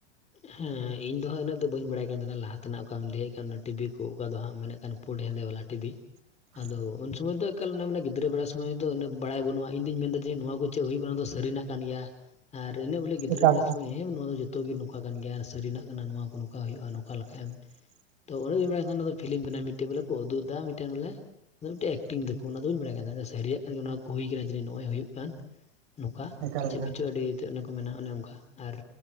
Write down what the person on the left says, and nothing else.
ᱦᱮᱸ ᱤᱧ ᱫᱚ ᱦᱟᱸᱜ ᱤᱱᱟᱹᱜ ᱫᱚ ᱵᱟᱹᱧ ᱵᱟᱲᱟᱭ ᱠᱟᱱ ᱛᱟᱦᱮᱸᱱᱟ, ᱞᱟᱦᱟ ᱛᱮᱱᱟᱜ ᱚᱠᱟᱢ ᱞᱟᱹᱭᱮᱜ ᱠᱟᱱ ᱴᱤᱵᱷᱤ ᱠᱚ ᱚᱠᱟ ᱫᱚ ᱦᱟᱸᱜ ᱢᱮᱱᱮᱜ ᱠᱟᱱ᱾ ᱯᱳᱰ ᱦᱮᱸᱫᱮ ᱵᱟᱞᱟ ᱴᱤᱵᱷᱤ
ᱟᱫᱚ ᱩᱱ ᱥᱚᱢᱚᱭ ᱫᱚ ᱮᱠᱟᱞ ᱚᱱᱟᱢ ᱢᱮᱱᱟ ᱜᱤᱫᱽᱨᱟᱹ ᱵᱮᱲᱟ ᱥᱚᱢᱚᱭ ᱫᱚ ᱩᱱᱟᱹᱜ ᱵᱟᱲᱟᱭ ᱵᱟᱹᱱᱩᱜ-ᱟ, ᱤᱧ ᱫᱩᱧ ᱢᱮᱱ ᱫᱟ ᱡᱮ ᱱᱚᱣᱟ ᱠᱚ ᱪᱮᱜ ᱦᱩᱭᱩᱜ ᱠᱟᱱᱟ ᱫᱚ ᱥᱟᱹᱨᱤᱱᱟᱜ ᱠᱟᱱ ᱜᱮᱭᱟ ᱾ ᱟᱨ ᱤᱱᱟᱹᱜ ᱵᱚᱞᱮ ᱜᱤᱫᱽᱨᱟᱹ
ᱵᱮᱲᱟ ᱥᱚᱢᱚᱭ ᱮᱢ ᱱᱚᱣᱟ ᱫᱚ ᱡᱚᱛᱚ ᱜᱤ ᱱᱚᱝᱠᱟ ᱠᱟᱱ ᱜᱮᱭᱟ ᱥᱟᱹᱨᱤᱱᱟᱜ ᱠᱟᱱᱟ ᱱᱚᱣᱟ ᱠᱚ ᱱᱚᱝᱠᱟ ᱦᱩᱭᱩᱜ-ᱟ, ᱱᱚᱝᱠᱟ ᱞᱮᱠᱷᱟᱡ ᱮᱢ ᱛᱚ ᱩᱱᱟᱹᱜ ᱫᱚ ᱵᱟᱧ ᱵᱟᱲᱟᱭ ᱛᱟᱦᱮᱫ ᱯᱷᱤᱞᱤᱢ ᱠᱟᱱᱟ ᱢᱤᱫᱴᱮᱱ ᱵᱚᱞᱮ ᱠᱚ ᱩᱫᱩᱜ ᱮᱫᱟ ᱢᱤᱫᱴᱮᱱ ᱵᱚᱞᱮ ᱢᱤᱫᱴᱮᱡ ᱮᱠᱴᱤᱝ ᱫᱟᱠᱚ ᱚᱱᱟ ᱫᱚ ᱵᱟᱹᱧ ᱵᱟᱲᱟᱭ ᱠᱟᱱᱛᱟᱸᱦᱮ ᱥᱟᱹᱨᱤᱭᱟᱜ ᱠᱟᱱ ᱚᱱᱟ ᱠᱚ ᱦᱩᱭ ᱟᱠᱟᱱᱟ ᱡᱟᱹᱱᱤᱡ ᱱᱚᱜ- ᱚᱭ ᱦᱩᱭᱩᱜ ᱠᱟᱱ, ᱱᱚᱝᱠᱟ
ᱪᱮᱫ
ᱠᱚᱪᱚ ᱟᱹᱰᱤᱛᱮᱫ ᱚᱱᱟ ᱠᱚ ᱢᱮᱱᱟ ᱚᱱᱮ ᱚᱱᱠᱟ, ᱟᱨ